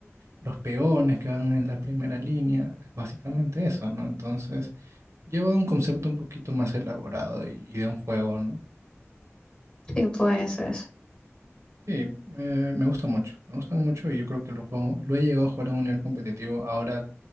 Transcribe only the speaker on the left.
Sí, pues eso es,